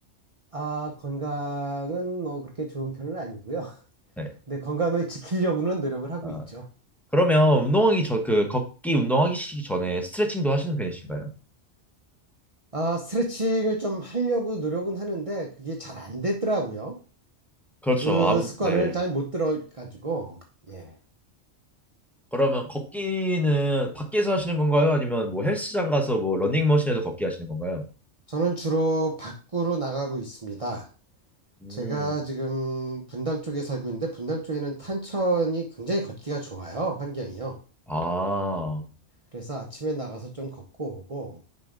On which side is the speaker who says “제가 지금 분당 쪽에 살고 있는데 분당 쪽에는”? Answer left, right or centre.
Right